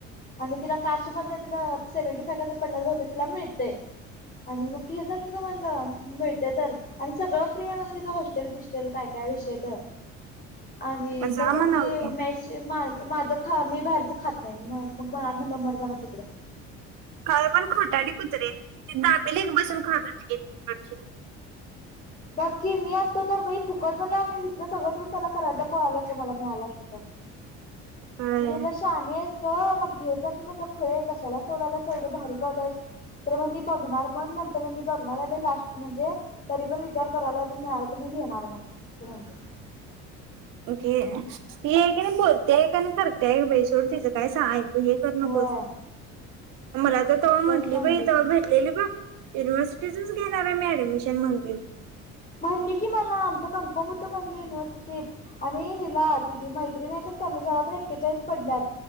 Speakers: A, on the left; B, on the right.
A: आणि तिला कास्ट म तिला सेव्हंटी फाय पडल्यात बहुतेक तिला मिळतय आणि मग घे जा का की म्हणल मिळते तर आणि सगळं फ्री आहे म्हण तिथं हॉस्टेल बिस्टेल काय काय विषयत आणि
B: जा
A: तर म्हणली
B: म्हणाव की
A: मेसे मा माझं खा मी बाहेरचं खात नाही. म मग मनात म्हणलं मरजा म तिकडं.
B: काल पण खोटाडी <unintelligible> ते दाबेली एक बसून खात हो ग काय ची.
A: बाकी मी असतो तर बई फुकट मला मी हीतलं सगळं सोडून त्याला कराडला पळालो असतो मला मिळालं असत तर.
B: होय
A: म म्हनल शानिस हाय त मग घेेत जा म्हटलं खुळे कशाला सोडायला एवढं भारी कॉलेज. तर म्हणी बघणार मग नंतर म्हणी बघणार हे ब ईलास्ट म्हणजे तरी पण वि विचार करायला अजून मिळालं तर मी घेणार, मग असं म्हणते.
B: ओके. ती हे कनी बोलत्या एक आणि करत्या एक बाई सोड तिचं काय स य तर नकोच.
A: होय
B: मला तर तेव्हा म्हटली
A: तेच म्हणली
B: बई ते भेटलेली बघ युनिव्हर्सिटीतच घेणार आहे मी ऍडमिशन म्हनली.
A: म्हणली की मला आमच कन्फर्म होत म्हणली युनिव्हर्सिटीत आणि हिला तिची मैत्री नाही त्या नुसार तर एक्केचाळीस पडल्यात